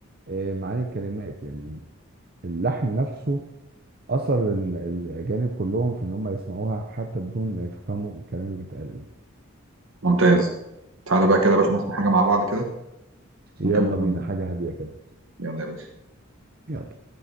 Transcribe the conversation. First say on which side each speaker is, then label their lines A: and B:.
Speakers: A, on the right; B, on the right.
A: آه، معاني الكلمات يعني اللحن نفسه أثر ال- الأجانب كلهم في إن هم يسمعوها حتى بدون ما يفهموا الكلام اللي بيتقال إيه
B: ممتاز تعالى بقى كده يا باشا نسمع حاجة مع بعض كده
A: يلا
B: ونكمل كلامنا
A: بينا حاجة هادية كده
B: يلا يا باشا
A: يلا